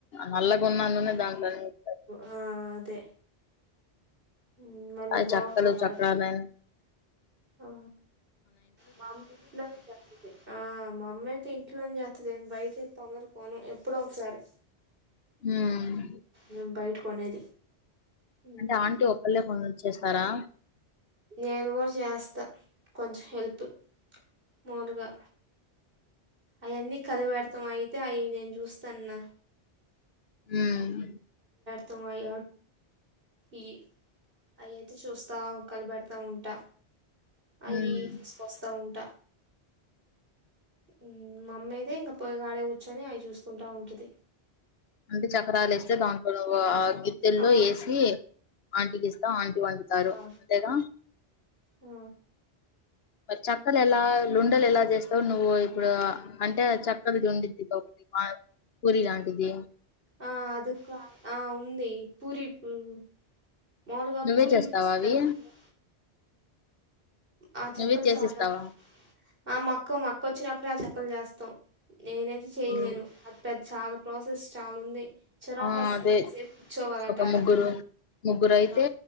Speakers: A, on the left; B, on the right.
A: నల్లగా ఉన్న నూనె దాంట్లోనే ఏస్తారు
B: ఆ అదే హ్మ్ మళ్ళీ
A: ఆ
B: బాగోవు
A: చక్కలు చక్రాలన్
B: ఆడ ఆ మా అమ్మ ఇంట్లోనే చేస్తది ఆ మా అమ్మయితే ఇంట్లోనే చేస్తది బయట తొందరగా పోను ఎప్పుడో ఒకసారి
A: ఉమ్
B: మేము బయట కొనేది ఉమ్
A: అంటే ఆంటీ ఒకళ్లే కొంద చేస్తారా
B: నేను కూడా చేస్తా కొంచెం హెల్ప్ మములుగా అయన్నీ కలబెడతాం అయితే అయి నేను చూస్తాన్న
A: ఉమ్మ్
B: తమ అయి ఈ అయయితే చూస్తా కలిపెడతా ఉంటా అయి
A: ఉమ్
B: ఇవి తీసుకొస్తా ఉంటా ఉ మా అమ్మ అయితే ఇంకా పోయి కాడే కూర్చొని అవి చూసుకుంటా ఉంటది
A: అంటే చక్రాలు ఎస్తే దాంట్లో నువు ఆ గిద్దెల్లో
B: ఆ
A: ఎసి ఆంటీకి ఇస్తా ఆంటీ వండుతారు
B: ఆ
A: అంతేగా
B: ఆ
A: చక్కలు ఎలా లుండలు ఎలా చేస్తావు నువ్వు ఇప్పుడు అంటే చక్కగాది ఉండిద్ది ఒక పూరిలాంటిది
B: ఆ అది కా ఆ ఉంది పూరి ఉమ్ మాములుగా
A: నువ్వే
B: పూరిలు
A: చేస్తావా
B: చేస్తాం
A: అవి
B: కదా ఆ చెప్పలు
A: నువ్వే చేసిస్తావా
B: చేరా ఆ మక్క మక్క వచ్చినప్పుడు ఆ చెప్పలు చేస్తాం నేనైతే చెయలేను
A: ఉమ్,
B: అంతా చాలా ప్రాసెస్ చాలా ఉంది చిరాకు
A: ఆ
B: వస్తుంది
A: అదే
B: ఎంతసేపు కూర్చోవాలంటే
A: ఒక
B: ఆడ
A: ముగ్గురు ముగ్గురు అయితే
B: ఆ